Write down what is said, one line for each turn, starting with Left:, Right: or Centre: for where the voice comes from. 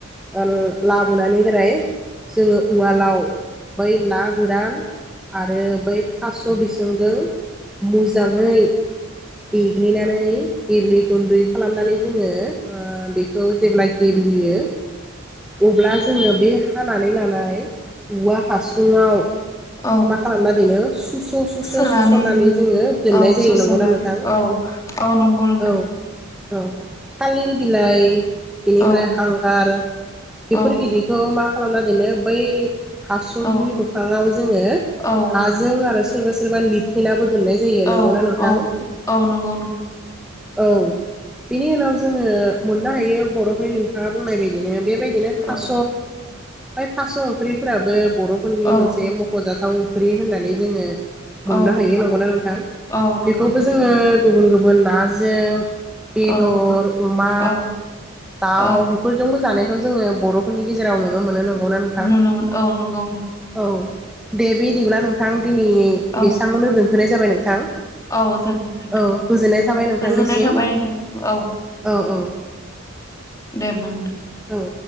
Centre: ओ लाबोनानै हेराय जोङो उवालाव बै ना गोरान आरो बै थास बिसंजों मुजाङै देग्लिनानै गेब्ले गुन्दै खालामनानै जोङो ओ बेखौ जेब्लाय गेबलियो अब्ला जोङो बे हानानै लानाय औवा हासुङाव।
Left: औ
Centre: मा खालामना दोनो सुस सुस
Left: सोनानै
Centre: सुसननानै
Left: दोनो
Centre: जोङो दोननाय
Left: औ
Centre: जायो
Left: सोस'नानै
Centre: नंगौना नोंथां?
Left: औ औ नंगौ नोंथां
Centre: औ औ थालिर बिलाइ बेनिफ्राय
Left: औ
Centre: हांगार बेफोर
Left: औ
Centre: गिदिरखौ मा खालामना दोनो बै हासुंनि
Left: औ
Centre: मोखांआव जोङो
Left: औ
Centre: हाजों आरो सोरबा सोरबा लिरथेनाबो दोननाय जायो नंगौना
Left: औ
Centre: नोंथां?
Left: औ औ नंगौ नोंथां
Centre: औ बेनि उनाव जोङो मोननो हायो बरफोरनि नोंथाङा बुंनाय बायदिनो बेबाय दिनो थास
Left: औ
Centre: बै थास ओंख्रिफोराबो बरफोरनि
Left: औ
Centre: मोनसे मखजाथाव ख्रि होननानै जोङो मोननो
Left: औ
Centre: हायो नंगौना नोंथां
Left: औ नंगौ
Centre: बेखौबो जोङो गुबुन गुबुन नाजों बेदर
Left: औ
Centre: अमा
Left: औ
Centre: दाउ
Left: औ
Centre: बेफोरजोंबो जानाय बेखौ जोंङो बर'फोरनि गेजेराव नुनो मोनो नंगौना नोंथां?
Left: नुनो मोन औ नंगौ नंगौ
Centre: औ दे बिदिब्ला नोंथां दिनै
Left: औ
Centre: बेसेबावनो दोनथ'नाय जाबाय नोंथां।
Left: औ जागोन दे नोंथां
Centre: औ गोजोननाय थाबाय नोंथांनिसिम
Left: गोजोननाय थाबाय नोंथां औ
Centre: औ औ
Left: दे होनबा नोंथां।
Centre: औ